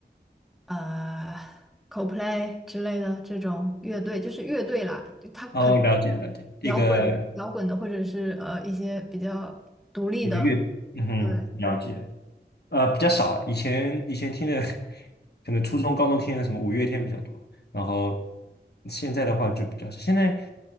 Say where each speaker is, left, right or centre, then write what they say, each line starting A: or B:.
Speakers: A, in the centre; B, on the left (about 65°).
A: 呃，Coldplay 之类的这种乐队，就是乐队啦，它可能
B: 哦，了解了解，一个
A: 摇滚摇滚的，或者是呃一些比较独立的，
B: 一个乐，嗯哼了解。
A: 对
B: 呃，比较少啊以前以前听的，可能初中、高中听的什么五月天比较多，然后现在的话就比较少。现在